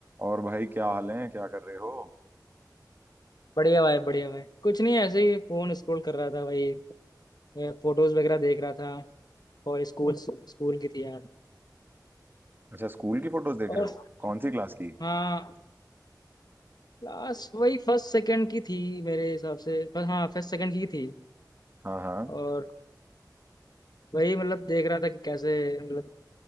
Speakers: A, on the right; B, on the left.
A: और भाई क्या हाल है क्या कर रहे हो
B: बढ़िया भाई बढ़िया भाई कुछ नहीं ऐसे ही फोन स्क्रॉल कर रहा था भाई फोटोज वगैरह देख रहा था और स्कूल स्कूल की थी यार
A: अच्छा स्कूल की फोटोज देख
B: और
A: रहे हो कौन सी क्लास की
B: हाँ क्लास वही फर्स्ट सेकंड की थी मेरे हिसाब से पर हाँ फर्स्ट सेकंड की थी
A: हाँ हाँ
B: और वही मतलब देख रहा था कि कैसे मतलब